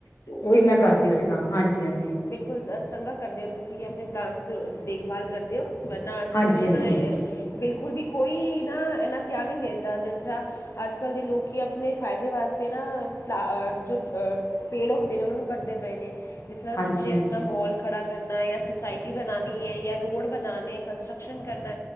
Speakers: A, on the left (about 85°); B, on the left (about 60°).
A: ਤੇ ਉਹੀ
B: ਬਿਲਕੁਲ-
A: ਮੈਂ ਕਰ
B: ਬਿਲਕੁਲ
A: ਰਹੀ ਸੀ ਕੰਮ
B: ਜੀ-
A: ਹਾਂਜੀ ਹਾਂਜੀ
B: ਬਿਲਕੁਲ ਚੰਗਾ ਕਰਦੇ ਹੋ ਤੁਸੀਂ ਕਿ ਆਪਣੇ ਪਲਾਂਟਸ ਦੀ ਦੇਖਭਾਲ ਕਰਦੇ ਹੋ ਵਰਨਾ ਅੱਜ
A: ਹਾਂਜੀ
B: ਕੱਲ੍ਹ
A: ਹਾਂਜੀ
B: ਤਾਂ ਬਿਲਕੁਲ ਵੀ ਕੋਈ ਨਾ ਇੰਨਾ ਧਿਆਨ ਨਹੀਂ ਦਿੰਦਾ ਜਿਸ ਤਰ੍ਹਾਂ ਅੱਜ ਕੱਲ ਦੇ ਲੋਕੀ ਆਪਣੇ ਫਾਇਦੇ ਵਾਸਤੇ ਨਾ ਪਲਾਂਟ ਜੋਪੇੜ ਹੁੰਦੇ, ਦਿਨ ਨੂੰ ਵੀਕੱਢਦੇ ਪਏ ਨੇ ਜਿਸ ਤਰ੍ਹਾਂ
A: ਹਾਂਜੀ
B: ਕਿਸੇ ਨੇ ਆਪਣਾ
A: ਹਾਂਜੀ
B: ਮੋਲ ਖੜਾ ਕਰਨਾ ਜਾਂ ਸੋਸਾਇਟੀ ਬਣਾਉਣੀ ਹੈ, ਜਾਂ ਰੋੜ ਬਣਾਉਣਾ ਕੰਸਟਰਕਸ਼ਨ ਕਰਨਾ